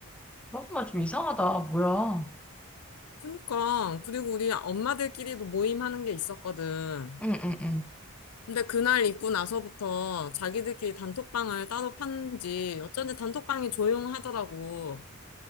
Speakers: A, in the centre; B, on the left.
A: 정말 좀 이상하다, 뭐야.
B: 그니까, 그리고 우리 엄마들끼리도 모임하는 게 있었거든.
A: 응, 응, 응.
B: 근데 그날 입고 나서부터 자기들끼리 단톡방을 따로 팠는지 어쩐지 단톡방이 조용하더라고.